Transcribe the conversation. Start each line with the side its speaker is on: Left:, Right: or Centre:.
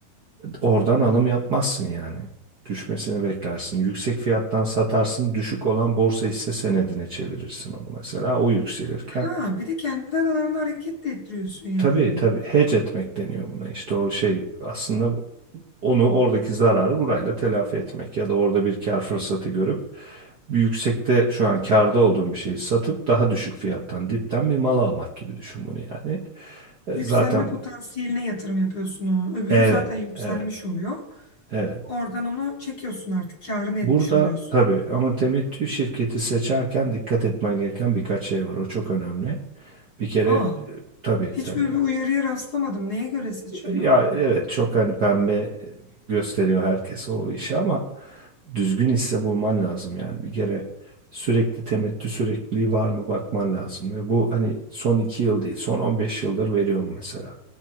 Right: Oradan alım yapmazsın yani. Düşmesini beklersin. Yüksek fiyattan satarsın. Düşük olan borsa hisse senedine çevirirsin onu mesela. O yükselirken
Left: Ha bir de kendi aralarını hareket de ettiriyorsun yani.
Right: Tabii tabii hedge etmek deniyor buna. İşte o şey aslında onu oradaki zararı burayla telafi etmek ya da orada bir kar fırsatı görüp bir yüksekte şu an karda olduğum bir şeyi satıp daha düşük fiyattan dipten bir mal almak gibi düşün bunu yani. E,
Left: Yükselme
Right: Zaten
Left: potansiyeline yatırım yapıyorsun onu. Öbürü
Right: evet
Left: zaten yükselmiş
Right: evet
Left: oluyor.
Right: evet.
Left: Oradan onu çekiyorsun artık. Kârını etmiş
Right: Burada
Left: oluyorsun.
Right: tabii ama temettü şirketi seçerken dikkat etmen gereken birkaç şey var. O çok önemli. Bir kere
Left: Aa
Right: e, tabii
Left: hiç
Right: tabii
Left: böyle
Right: yani.
Left: bir uyarıya rastlamadım. Neye göre seçiliyor?
Right: Ya evet çok hani pembe gösteriyor herkese o işi ama düzgün hisse bulman lazım yani. Bir kere sürekli temettü sürekliliği var mı bakman lazım. Ve bu hani son iki yıl değil son 15 yıldır veriyorum mesela.